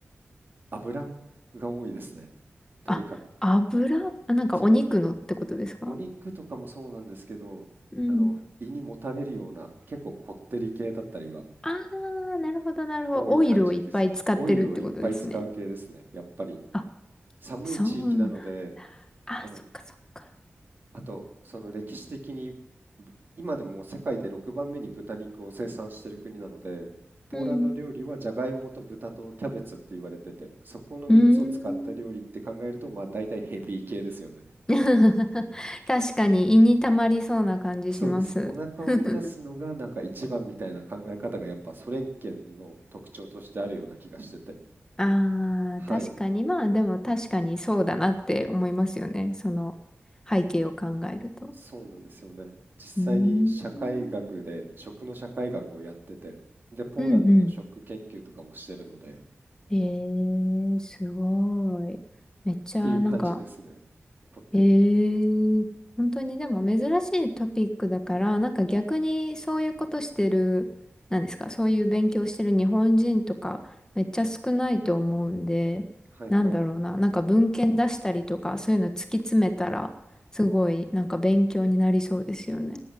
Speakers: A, on the right; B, on the left.
A: 油が多いですね。とにかく。
B: あ、油あ、なんかお肉のってことですか
A: そのお肉とかもそうなんですけど、
B: うん。
A: あの胃にもたれるような結構こってり系だったりが
B: ああ、なるほど、なるほど。
A: 多い感じです。
B: オイルをいっぱい使ってるってことですね。
A: オイルをいっぱい使う系ですね。やっぱり
B: あ、
A: 寒い地域なので、
B: そうな。あ、
A: あの
B: そっかそっか。
A: あと、その歴史的にぶ今でも世界で6番目に豚肉を生産している国なので、ポーランド料理はじゃがいもと豚とキャベツって言われてて、
B: うん。
A: そこの3つを使った料理って考えると、
B: うーん。
A: まあ大体ヘビー系ですよね。
B: <laughs> 確かに胃に溜まりそうな感じします。
A: そうです。お腹を満たすのがなんか一番みたいな考え方がやっぱソ連圏の特徴としてあるような気がしてて。
B: <laughs> ああ、
A: はい。
B: 確かに。まあでも確かにそうだなって思いますよね。その背景を考えると。
A: そうなんですよね。実際に社会学で食の社会学をやってて、
B: うーん。うん。
A: で、ポーランドの食研究とかもしてるので、
B: うんうんえー、すごい。めっちゃ、
A: ていう感じですね。
B: なんか、
A: こってりの。
B: えー、本当にでも珍しいトピックだから、なんか逆にそういうことしてる、なんですか、そういう勉強してる日本人とか、めっちゃ少ないと思うんで、
A: はいはい。
B: なんだろうな、なんか文献出したりとか、そういうの突き詰めたら、すごい、なんか勉強になりそうですよね。